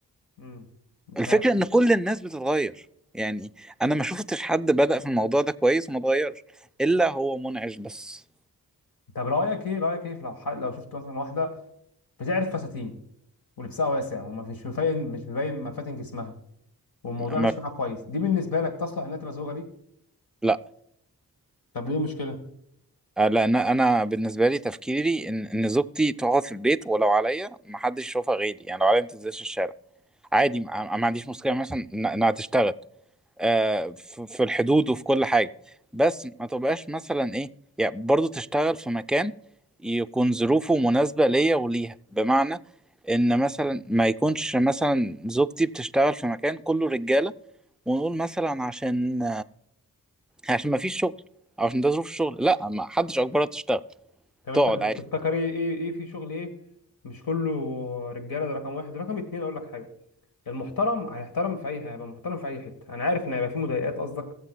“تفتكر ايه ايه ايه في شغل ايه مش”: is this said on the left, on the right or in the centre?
Left